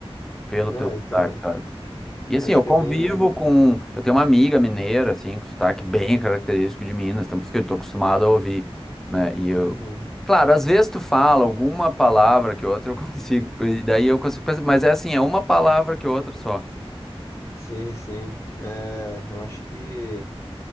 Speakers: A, in the centre; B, on the left (about 25°).
A: pelo
B: Ah,
A: teu sotaque,
B: então,
A: sabe? E assim,
B: acho
A: eu
B: que
A: convivo
B: é bem.
A: com. Eu tenho uma amiga mineira, assim, com sotaque bem característico de Minas, então por isso que eu tô acostumado a ouvir, né? E eu.
B: Uhum.
A: Claro, às vezes tu fala alguma palavra que outra eu <laughs> consigo, e daí eu consigo pensar, mas é assim, é uma palavra que outra só.
B: Sim, sim. Eh, eu acho que